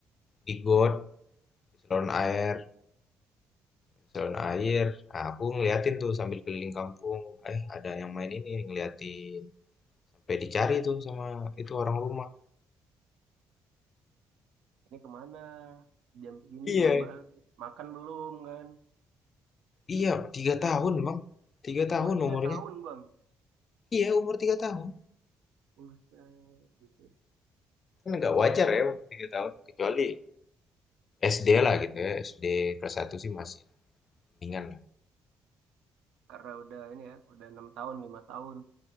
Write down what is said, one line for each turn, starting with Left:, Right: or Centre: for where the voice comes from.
Left: di got, di saluran air, di saluran air. Nah, aku ngeliatin tuh sambil keliling kampung. Eh, ada yang main ini, ngeliatin. Sampai dicari tuh sama itu orang rumah.
Right: ini kemana? Jam segini
Left: Iya,
Right: belum balik. Makan belum kan?
Left: iya, tiga tahun, Bang. Tiga tahun
Right: Umur 3
Left: umurnya.
Right: tahun bang.
Left: Iya, umur tiga tahun.
Right: Buset, buset.
Left: Kan nggak wajar ya umur tiga tahun. Kecuali SD lah gitu ya. SD kelas satu sih masih ringan
Right: Karena udah ini ya, udah enam tahun, lima tahun.